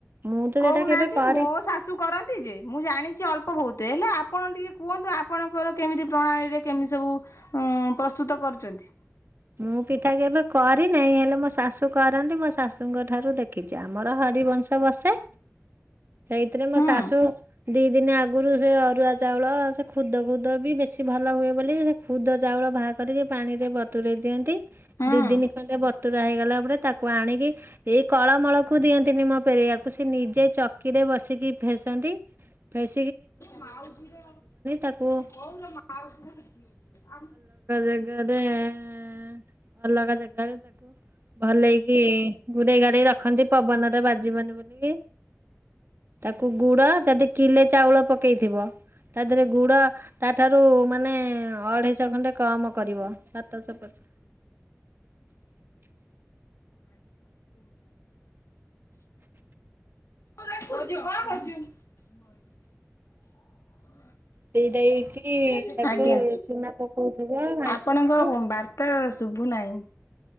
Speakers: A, on the right (about 45°); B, on the left (about 75°).
A: ମୁଁ ତ
B: କହୁନାହାଁନ୍ତି।
A: ସେଇଟା କେବେ କରି
B: ମୋ ଶାଶୁ କରନ୍ତି ଯେ, ମୁଁ ଜାଣିଛି ଅଳ୍ପ ବହୁତ। ହେଲେ ଆପଣ ଟିକେ କୁହନ୍ତୁ। ଆପଣଙ୍କର କେମିତି ପ୍ରଣାଳୀରେ କେମିତି ସବୁ ଉଁ ପ୍ରସ୍ତୁତ କରୁଛନ୍ତି?
A: ମୁଁ ପିଠା କେବେ କରି ନେଇ, ହେଲେ ମୋ ଶାଶୁ କରନ୍ତି ମୋ ଶାଶୁଙ୍କ ଠାରୁ ଦେଖ ଖିଛି। ଆମର ହରିିବଂଶ ବସେ। ସେଇଥିରେ ମୋ
B: ହୁଁ
A: ଶାଶୁ ଦି ଦିନ ଆଗରୁ, ସେ ଅରୁଆ ଚାଉଳ ସେ ଖୁଦ ଖୁଦ ବି ବେଶୀ ଭଲ ହୁଏ ବୋଲି, ସେ ଖୁଦ ଚାଉଳ ବାହ କରିକି ପାଣିରେ ବ୍ ବତୁରେଇ ଦିଅନ୍ତି।
B: ହୁଁ
A: ଦି ଦିନି ଖଣ୍ଡେ ବତୁୁରା ହେଇଗଲା ପରେ ତାକୁ ଆଣିକି ଏଇ କଳମଳକୁ ଦିଅନ୍ତିନି ମ ରେଆ କୁ ସେ ନିଜେ ଚକିରେ ବସି କି ଫେସନ୍ତି। ଫେସ୍
B: ମାଉସୀର
A: ତାକୁ
B: ବୋଉର ମାଉସୀର <unintelligible>
A: <unintelligible> ଅଲଗା ଜେଗାରେ ଭଲେଇକି ଗୁଡେଇ ଗାଡେଇ ରଖନ୍ତି ପବନରେ ବାଜିବନି ବୋଲିକି। ତାକୁ ଗୁଡ ଯଦି କିଲେ ଚାଉଳ ପକେଇଥିବ। ତା ଦେହରେ ଗୁଡ ତାଠାରୁ ମାନେ ଅଢେଇଶ ଖଣ୍ଡେ କମ କରିବ <unintelligible>
B: ଆଜି ବା କଣ <inaudible> <unintelligible>
A: ଦେଇଦେଇକି ତାକୁ
B: ଆଜ୍ଞା
A: ଚୁନା ପକଉଥିବ ଘାଣ୍ଟୁଥିବ
B: ଆପଣଙ୍କ ବାର୍ତ୍ତା ସୁ ଶୁବୁ ନାଇଁ।